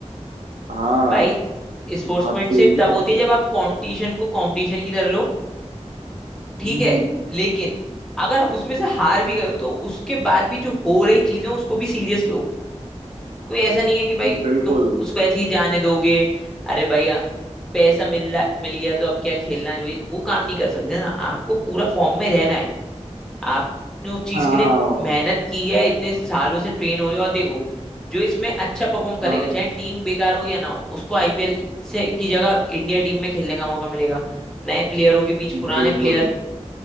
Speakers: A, on the right (about 85°); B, in the centre.
A: हाँ
B: भाई स्पोर्ट्समैनशिप
A: बात तो यही
B: तब
A: है
B: होती है जब आप कंपटीशन को कंपटीशन की तरह लो ठीक
A: हम्म
B: है लेकिन अगर उसमें से हार भी गए हो तो उसके बाद भी जो हो रही चीजें हैं, उसको भी सीरियस लो कोई ऐसा नहीं है कि भाई
A: बिल्कुल
B: तुम उसको ऐसे ही जाने दोगे अरे भाई आ- पैसा मिल मिल गया तो अब क्या खेलना है?" भाई वो काम नहीं कर सकते ना आपको पूरा फॉर्म में रहना है आपने उस चीज
A: हाँ
B: के लिए
A: हाँ
B: मेहनत की है इतने सालों से ट्रेन हो रहे हो और देखो जो इसमें अच्छा परफॉर्म करेगा
A: हाँ
B: चाहे टीम बेकार हो या ना हो उसको आईपीएल से की जगह इंडिया टीम में खेलने का मौका मिलेगा नए प्लेयरों के बीच पुराने
A: बिल्कुल
B: प्लेयर